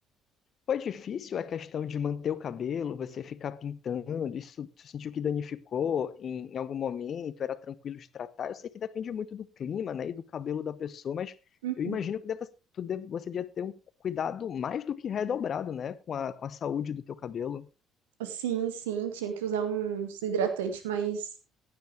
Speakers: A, on the left; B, on the right.
A: Foi difícil a questão de manter o cabelo, você ficar pintando, isso tu sentiu que danificou em, em algum momento, era tranquilo de tratar? Eu sei que depende muito do clima, né, e do cabelo da pessoa, mas
B: Hum.
A: eu imagino que deva, tu deve, você devia ter um cuidado mais do que redobrado, né, com a, com a saúde do teu cabelo.
B: Sim, sim, tinha que usar uns hidratantes mais